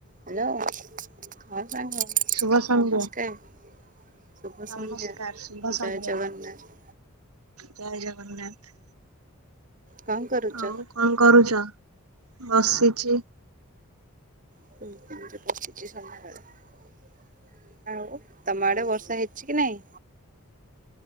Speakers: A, on the right; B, on the right.
A: Hello ହଁ ସାଙ୍ଗ
B: ଶୁଭ ସନ୍ଧ୍ୟା।
A: ନମସ୍କାର। ଶୁଭ
B: ନମସ୍କାର
A: ସନ୍ଧ୍ୟା
B: ଶୁଭ ସନ୍ଧ୍ୟା
A: ଜୟ ଜଗନ୍ନାଥ।
B: ଜୟ ଜଗନ୍ନାଥ
A: କଣ କରୁଛ?
B: ଆଉ କଣ କରୁଛ ବସିଚି।
A: <inaudible> ଆଉ ତମ ଆଡେ ବର୍ଷା ହେଇଛି କି ନାଇଁ?